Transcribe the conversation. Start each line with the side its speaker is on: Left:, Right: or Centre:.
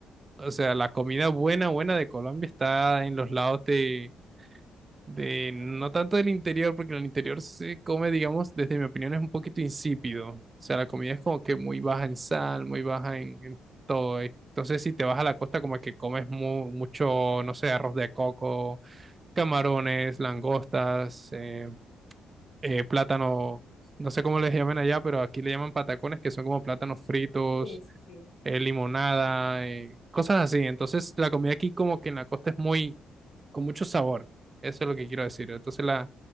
Right: O sea, la comida buena, buena de Colombia está en los lados de, de, no tanto del interior, porque en el interior se come, digamos, desde mi opinión, es un poquito insípido. O sea, la comida es como que muy baja en sal, muy baja en, en todo. Entonces, si te vas a la costa, como que comes mu- mucho, no sé, arroz de coco, camarones, langostas, eh, eh, plátano, no sé cómo les llaman allá, pero aquí le llaman patacones, que son como plátanos fritos
Left: Sí, sí, sí.
Right: eh, limonada, eh, cosas así. Entonces, la comida aquí como que en la costa es muy, con mucho sabor. Eso es lo que quiero decir. Entonces, la,